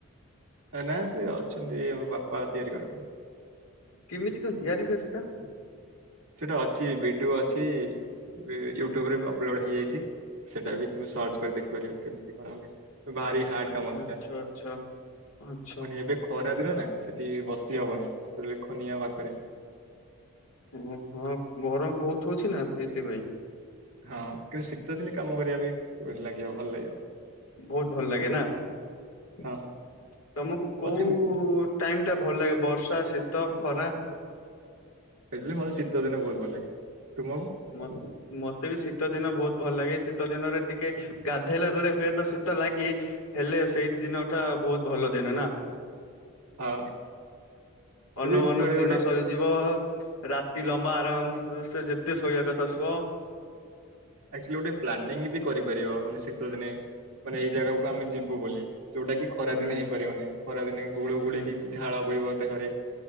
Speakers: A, on the right; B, on the left.
A: ଏ ନା ସେ ଅଛନ୍ତି, ଏ ଆମ ବାପା ତିଆରି କରନ୍ତି।
B: କିମିତି କଣ ତିଆରି ହୁଏ ସେଟା?
A: ସେଟା ଅଛି ଭିଡିଓ ଅଛି, ବେ ୟୁଟ୍ୟୁବ ରେ ବି ଅ ଅପଲୋଡ଼୍ ହେଇଯାଇଛି, ସେଟା ବି ତୁମେ ସର୍ଚ କରି ଦେଖିପାରିବା କେମିତି କଣ ହୁଏ। ଭାରିଆ ହାଡ୍ କାମ
B: ଆଚ୍ଛା
A: ସେଟା,
B: ଆଚ୍ଛା ଆଚ୍ଛା
A: ମାନେ ଏବେ ଖରା ଦିନ ନା। ସେଠି ବସିହବନି, ତୋ ଲେ ଖନିଆ ପାଖରେ
B: ଓ ହଁ ଗରମ ବହୁତ ହଉଛି ନା? ସେଇଥିପାଇଁ।
A: ହଁ କିନ୍ତୁ ଶୀତ ଦିନେ କାମ କରିବା ପାଇଁ ଲାଗିବ ଭଲ ଲାଗିବ।
B: ବହୁତ ଭଲ ଲାଗେ ନା ତୋମକୁ
A: ହଁ
B: କୋଉ
A: ଅଛି
B: ଟାଇମ୍ ଟା ଭଲ ଲାଗେ? ବର୍ଷା ଶୀ ତ, ଖରା
A: ହେଲେ ମୋତେ ଶୀତ ଦିନ ବହୁତ ଭଲ ଲାଗେ। ତୁମକୁ?
B: ମତ୍ ମୋତେ ବି ଶୀତ ଦିନ ବହୁତ ଭଲ ଲାଗେ, ଶୀତ ଦିନରେ ଟିକେ ଗାଧେଇଲା ବେଳେ ହୁଏତ ଶୀତ ଲାଗେ, ହେଲେ ସେଇ ଦିନ ଟା ବହୁତ ଭଲ ଦିନ ନା।
A: ହଁ
B: ଅନଉ
A: ଯଦି
B: ଅନଉ
A: କୁଆଡେ
B: ଦିନ
A: ଗୋଟେ
B: ସରିଯିବ ରାତି ଲମ୍ବା ଆରାମ ସେ ଯେତେ ତେ ଶୋଇଆ କଥା ଶୁଅ
A: ଆକ୍ଚୁଲି ଗୋଟେ ପ୍ଲାନିଂ ବି କରିପାରିବ, ମାନେ ଶୀତ ଦିନେ ମାନେ ଏଇ ଜାଗାକୁ ଆମେ ଯିବୁ ବୋଲି, ଯୋଉଟା କି ଖରା
B: ହୁଁ
A: ଦିନେ ହେଇପାରିବନି ଖରା ଦିନେ ଗୁଳୁ
B: ହୁଁ
A: ଗୁଳିକି ଝାଳ ବୋଇିବ ଦେହରେ।